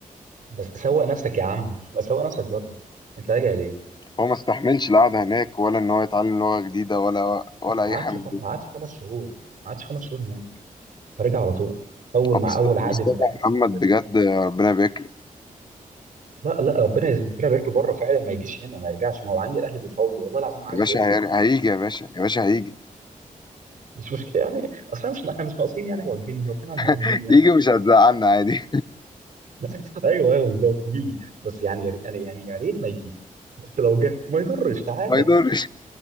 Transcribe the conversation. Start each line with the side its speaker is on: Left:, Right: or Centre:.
Right: بس سوق نفسك يا عم بس سوق نفسك بره انت راجع ليه؟
Left: هو ما استحملش القعده هناك ولا ان هو يتعلم لغه جديده ولا ولا
Right: ما
Left: اي
Right: عادش
Left: حاجه من
Right: خم...
Left: دي
Right: ما عادش خمس شهور ما عادش خمس شهور هناك رجع على طول اول
Left: هو
Right: مع
Left: مصط-
Right: اول عقد
Left: مصطفى
Right: من الاهلي
Left: محمد
Right: هوب
Left: بجد ربنا يبارك له
Right: لا لا ربنا يز- ربنا يبارك له بره فعلا ما يجيش هنا ما يرجعش ما هو عندي الاهلي بيفاوضوا والله العظيم ما عايزه
Left: يا باشا
Right: يرجع
Left: هي- هيجي يا باشا يا باشا هيجي
Right: مش مشكله يعني اصلا مش احنا مش ناقصين يعني مواجبين واقفين على المواجبين
Left: <laughs>
Right: يعني
Left: يجي مش هتزعلنا عادي
Right: <laughs> ايوه ايوه بالظبط يجي بس يعني يا ريت- يعني يعني يا ريت ما يجي بس لو جه ما يضرش
Left: <laughs>
Right: تعالى
Left: ما يضرش <laughs>